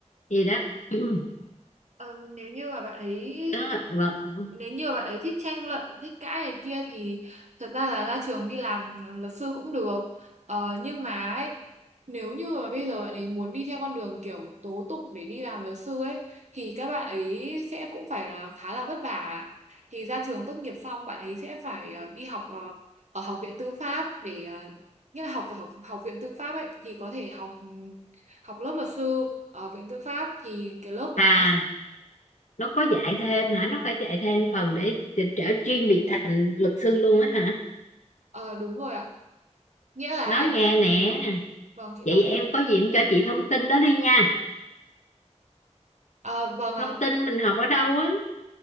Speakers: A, on the left; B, on the right.
A: gì đó, <clears throat>
B: Ờ, nếu như mà bạn ấy
A: đó. rồi.
B: nếu như bạn ấy thích tranh luận thích cãi này kia thì thật ra là ra trường đi làm luật sư cũng được ờ, nhưng mà ấy, nếu như mà bây giờ bạn ấy muốn đi theo con đường kiểu tố tụng để đi làm luật sư ấy thì các bạn ấy sẽ cũng phải là khá là vất vả thì ra trường tốt nghiệp xong bạn ấy sẽ phải ờ, đi học ờ, ở học viện tư pháp để ờ, nghĩa là học ở học, học viện tư pháp ấy thì có thể học ừ, học lớp luật sư ở viện tư pháp thì cái lớp đó
A: à nó có dạy thêm hả nó có dạy thêm phần để để trở chuyên biệt thành luật sư luôn á hả
B: ờ, đúng rồi ạ nghĩa là
A: nói
B: ấy, ờ,
A: nghe nè
B: vâng chị
A: vậy
B: nói
A: em
B: đi ạ
A: có gì em cho chị thông tin đó đi nha
B: Ờ, vâng ạ,
A: thông tin mình học ở đâu á